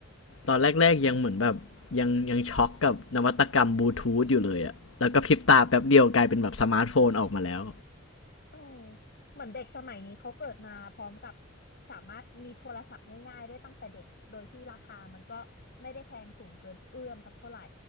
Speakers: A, on the left; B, on the left.
A: ตอนแรกๆยังเหมือนแบบยังยังช็อกกับนวัตกรรมบลูทูธอยู่เลยอะแล้วก็พริบตาแป๊บเดียวกลายเป็นแบบสมาร์ทโฟนออกมาแล้ว
B: เออเหมือนเด็กสมัยนี้เขาเกิดมาพร้อมกับสามารถมีโทรศัพท์ง่ายๆได้ตั้งแต่เด็กโดยที่ราคามันก็ไม่ได้แพงสูงเกินเอื้อมสักเท่าไหร่